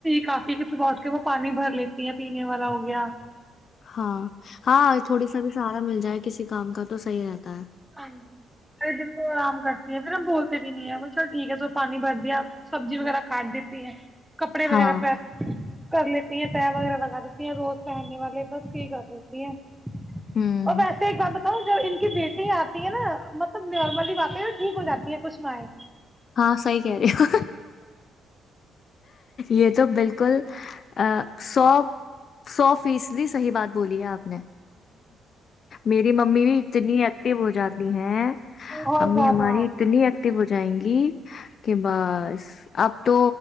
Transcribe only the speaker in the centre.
کافی ک صب اٹھ کے وہ پانی بھر لیتی ہیں پینے والا ہو گیا
ہاں ج سے دن آرام کرتی ہیں پھر ہم بولتے بھی نہیں ہے چل ٹھیک ہے س پانی بھر دیا سبزی وغیرہ کاٹ دیتی ہے کپڑے وغیرہ
پراپ کر لیتی ہیں تے وغیرہ لگا دیتی ہیں روز پہننے والے بس یہ کر لیتی ہیں
اور ویسے ایک کم تو جب ان کی بیٹی آتی ہے نا مطلب نارملی باتیں ٹھیک ہو جاتی کچھ مائیں
بہت
زیادہ